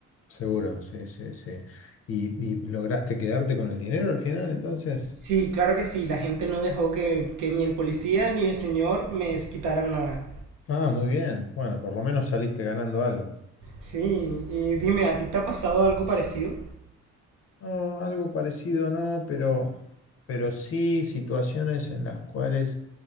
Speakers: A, on the left; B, on the right.
A: seguro, sí, sí, sí. ¿Y, y lograste quedarte con el dinero al final, entonces?
B: Sí, claro que sí, la gente no dejó que, que ni el policía ni el señor me quitaran nada.
A: Ah, muy bien. Bueno, por lo menos saliste ganando algo.
B: Sí, y dime, ¿a ti te ha pasado algo parecido?
A: No, algo parecido no, pero, pero sí situaciones en las cuales,